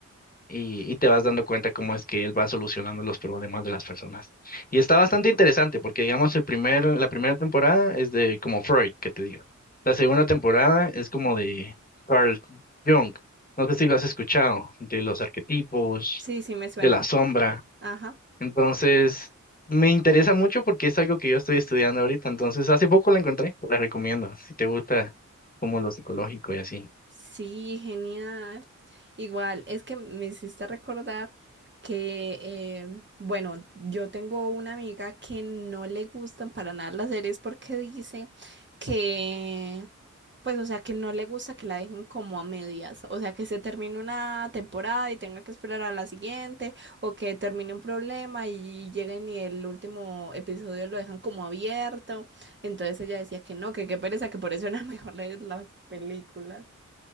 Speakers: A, on the left (about 30°); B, on the right (about 35°).
A: y, y te vas dando cuenta cómo es que él va solucionando los problemas de las personas. Y está bastante interesante porque, digamos, el primer, la primera temporada es de como Freud, que te digo. La segunda temporada es como de Carl Jung. No sé si lo has escuchado, de los arquetipos,
B: Sí, sí, me suenan.
A: de la sombra.
B: Ajá.
A: Entonces, me interesa mucho porque es algo que yo estoy estudiando ahorita. Entonces, hace poco la encontré, la recomiendo, si te gusta como lo psicológico y así.
B: Sí, genial. Igual, es que me hiciste recordar que, eh, bueno, yo tengo una amiga que no le gustan para nada las series porque dice que, pues, o sea, que no le gusta que la dejen como a medias, o sea, que se termine una temporada y tenga que esperar a la siguiente, o que termine un problema y lleguen y el último episodio lo dejan como abierto. Entonces ella decía que no, que qué pereza, que por eso era mejor leer <laughs> las películas.